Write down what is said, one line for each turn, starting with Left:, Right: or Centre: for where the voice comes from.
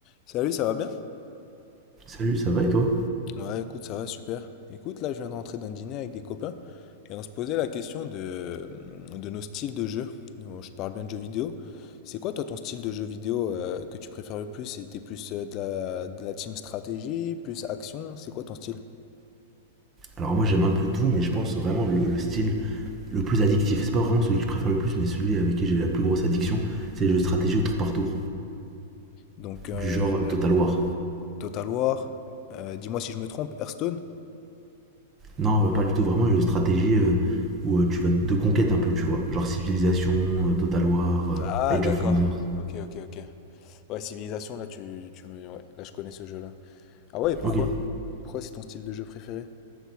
Left: Salut, ça va bien?
Right: Salut, ça va et toi
Left: Ouais, écoute, ça va super. Écoute, là, je viens de rentrer d'un dîner avec des copains et on se posait la question de, mm, de nos styles de jeu. Donc, Je te parle bien de jeux vidéo. C'est quoi, toi, ton style de jeu vidéo euh, que tu préfères le plus? C'était plus euh, de la, de la team stratégie, plus action? C'est quoi ton style?
Right: Alors moi j'aime un peu tout, mais je pense vraiment le, le style le plus addictif. C'est pas vraiment celui que je préfère le plus, mais celui avec qui j'ai la plus grosse addiction, c'est les jeux de stratégie au tour par tour,
Left: Donc, euh,
Right: du genre euh, Total War.
Left: Total War, euh, dis-moi si je me trompe, Hearthstone?
Right: Non, euh, pas du tout, vraiment les jeux de stratégie euh, où euh, tu vas de conquête un peu, tu vois. Genre Civilization, euh, Total War, euh,
Left: Ah,
Right: Age
Left: d'accord.
Right: of Wonders.
Left: Ok, ok, ok. Ouais, Civilisation, là, tu, tu me... Ouais, là, je connais ce jeu-là. Ah ouais, et pourquoi?
Right: Ok. Et
Left: Pourquoi c'est ton style de jeu préféré?